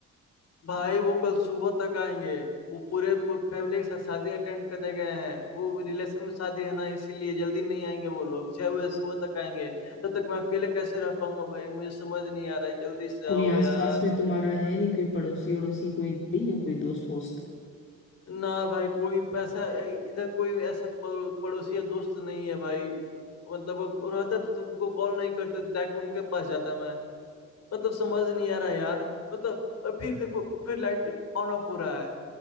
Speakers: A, on the left (about 60°); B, on the left (about 40°).
A: भाई वो कल सुबह तक आएंगे वो पूरे फैमिली के साथ शादी अटेंड करने गए हैं वो रिलेशन में शादी है ना इसीलिए जल्दी नहीं आएंगे वो लोग छह बजे सुबह तक आएंगे तब तक मैं अकेले कैसे रह पाऊंगा भाई मुझे समझ नहीं आ रहा है जल्दी से
B: कोई
A: आओ यार
B: आसपास में तुम्हारा है नहीं कोई पड़ोसी अड़ोसी कोई नहीं है कोई दोस्त वोस्त
A: ना भाई कोई ऐसा इधर कोई ऐसा प- पड़ोसी या दोस्त नहीं है भाई मतलब अब रहता तो तुमको कॉल नहीं करते डायरेक्ट उनके पास जाता मैं मतलब समझ नहीं आ रहा यार मतलब और फिर देखो फिर लाइट ऑन ऑफ हो रहा है